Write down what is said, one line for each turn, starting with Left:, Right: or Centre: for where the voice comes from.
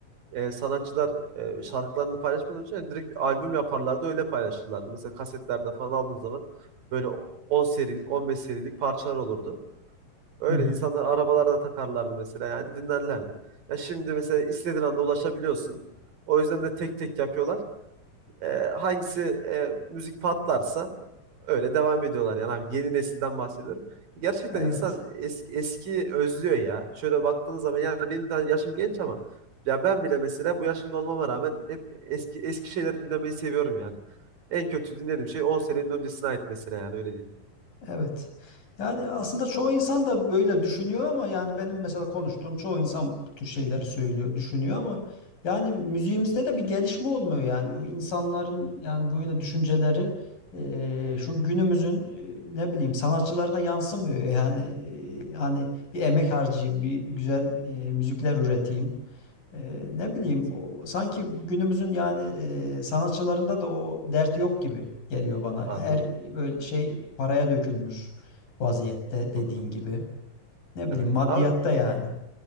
Right: e, sanatçılar e, şarkılarını paylaşmadan önce yani direkt bir albüm yaparlardı öyle paylaşırlardı. Mesela kasetlerde falan aldığın zaman böyle 10 serilik 15 serilik parçalar olurdu. Öyle
Left: Hı hı.
Right: insanlar arabalarına takarlardı mesela yani dinlerlerdi. Ya şimdi mesela istediğin anda ulaşabiliyorsun. O yüzden de tek tek yapıyorlar. E, hangisi e, müzik patlarsa Öyle devam ediyorlar yani abi yeni nesilden bahsediyorum. Gerçekten
Left: Evet.
Right: insan eski, eski özlüyor ya. Şöyle baktığınız zaman yani benim de yaşım genç ama ya ben bile mesela bu yaşımda olmama rağmen hep eski eski şeyleri dinlemeyi seviyorum yani. En kötü dinlediğim şey 10 senenin öncesine ait mesela yani öyle değil.
Left: Evet. Yani aslında çoğu insan da böyle düşünüyor ama yani benim mesela konuştuğum çoğu insan bu tür şeyleri söylüyor, düşünüyor ama yani müziğimizde de bir gelişme olmuyor yani. Bu insanların yani böyle düşünceleri eee, şu günümüzün eee, ne bileyim sanatçılarına yansımıyor. Yani eee, hani bir emek harcayayım, bir güzel eee, müzikler üreteyim. Eee, ne bileyim
Right: Evet.
Left: o, sanki bu günümüzün yani eee, sanatçılarında da o dert yok gibi geliyor bana.
Right: Anladım.
Left: Her böyle şey paraya dökülmüş vaziyette dediğin
Right: Doğru.
Left: gibi. Ne
Right: Evet.
Left: bileyim maddiyatta
Right: Abi
Left: yani.